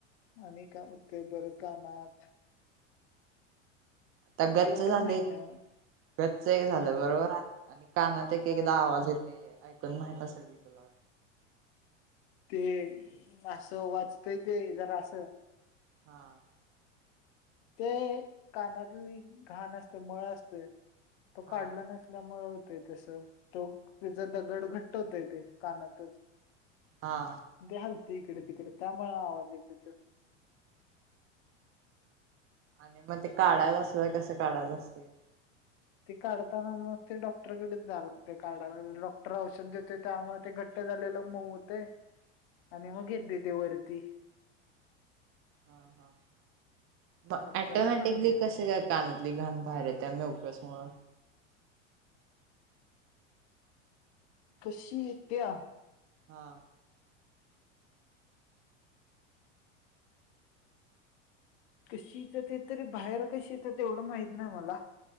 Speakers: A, on the left; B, on the right.
A: आणि काय होते बर कानात?
B: आता गच्च
A: एवढंच
B: झाले,
A: माहित आहे
B: गच्च एक झालं
A: ह
B: बरोबर आहे. अन् कानात एक-
A: हा
B: एकदा आवाज येत. ते ऐकून माहित असेल की तुला?
A: ते असं वाचतय ते जरा असं
B: हां.
A: ते कानातली घाण असते मळ असतोय, तो
B: हा
A: काढला नस ल्यामुळे होतं तस तो त्याचा दगड घट्ट होतय ते कानातच.
B: हा.
A: ते हालते इकड- तिकड त्यामुळे आवाज येतो तो
B: आणि मग ते काढायच अस कसं काढायचं असते?
A: ते काढताना मग ते डॉक्टरकडेच जाल ते काढाला, डॉक्टर औषध देतोय त्यामुळे ते घट घट्ट झालेलं मऊ होते.
B: <inaudible>
A: आणि मग येते ते वरती.
B: ह ह, म
A: मग
B: ऑटोमॅटिकली
A: त्याला काढून घ्यायच
B: कस जात कानातली घाण बाहेर येते मिऊकस मुळं
A: कशी येत्या
B: हा.
A: कशी येते ते तरी बाहेर कशी येते तेवढं माहित नाही मला.